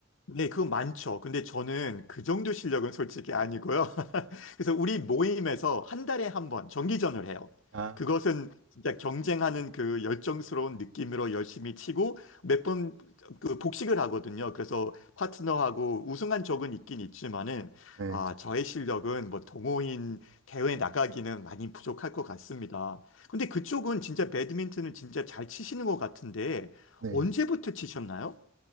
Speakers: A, on the left; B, on the right.
A: 네, 그건 많죠. 근데 저는 그 정도 실력은 솔직히 아니고요. <laughs> 그래서 우리 모임에서 한 달에 한 번 정기전을 해요.
B: 아,
A: 그것은 진짜 경쟁하는 그 열정스러운 느낌으로 열심히 치고 몇 번 그 복식을 하거든요. 그래서 파트너하고 우승한 적은 있긴 있지만은
B: 네.
A: 아, 저의 실력은 뭐 동호인 대회 나가기는 많이 부족할 것 같습니다. 근데 그쪽은 진짜 배드민턴을 진짜 잘 치시는 것 같은데
B: 네.
A: 언제부터 치셨나요?